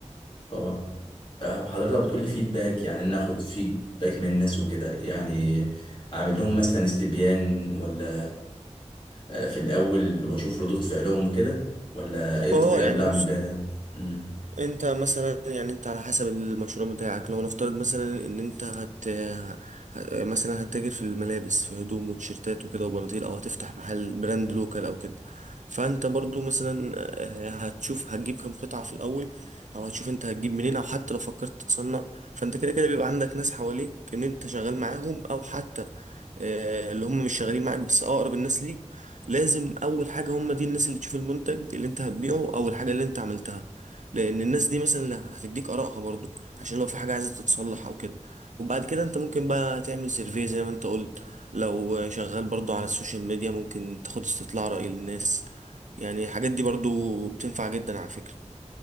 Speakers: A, on the left; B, on the right.
A: طبعا آه، حضرتك بتقولي فيدباك يعني ان اخد فيدباك من الناس وكده يعني اعمل لهم مثلا استبيان ولا آه، في الأول وأشوف ردود فعلهم وكده ولا إيه الطريقة
B: اه يعني
A: اللي
B: بص
A: أعمل بيها ده؟ مم.
B: انت مثلا يعني انت على حسب المشروع بتاعك لو نفترض مثلا ان انت هت ه- مثلا هتتاجر في الملابس في هدوم وتيشيرتات وكده وبناطيل او هتفتح محل براند لوكال او كده فانت برضو مثلا آه، هتشوف هتجيب كام قطعة في الاول او هتشوف انت هتجيب منين او حتى لو فكرت تصنع فانت كده كده بيبقى عندك ناس حواليك ان انت شغال معاهم او حتى آه، اللي هم مش شغالين معاك بس اقرب الناس ليك لازم اول حاجه هم دي الناس اللي تشوف المنتج اللي انت هتبيعه او الحاجه اللي انت عملتها لان الناس دي مثلا اللي هتديك ارائها برضو عشان لو في حاجه عايزه تتصلح او كده وبعد كده انت ممكن بقى تعمل سيرفي زي ما انت قلت لو شغال برضو على السوشيال ميديا ممكن تاخد استطلاع رأي للناس يعني الحاجات دي برضو بتنفع جدا على فكرة